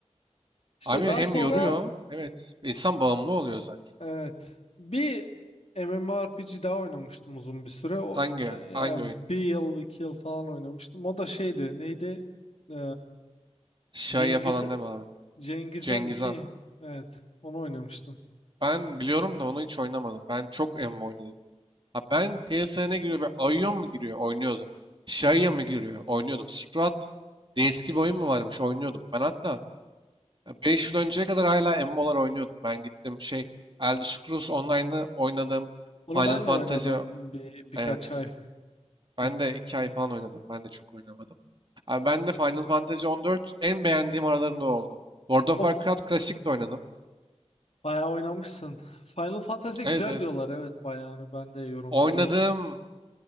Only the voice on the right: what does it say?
Abi
hem
yoruyor. Evet. insan bağımlı oluyor zaten.
Hangi?
Hangi oyun?
Şaya
falan deme abi.
Cengizhan.
Ben biliyorum da onu hiç oynamadım. Ben çok emmi oynadım. Ha ben piyasaya ne giriyor? Böyle Aion mu giriyor? Oynuyordum. Şaya mı giriyor? Oynuyordum. Silk eski bir oyun mu varmış? Oynuyordum. Ben hatta 5 yıl önceye kadar hala emmi olarak oynuyordum. Ben gittim şey Elder Scrolls Online'ı oynadım.
Final
Fantasy
evet.
Ben
de 2 ay falan oynadım. Ben de çok oynamadım. Abi ben de Final Fantasy 14 en beğendiğim aralarında oldu. World of
Warcraft klasik de oynadım.
Evet evet.
Oynadığım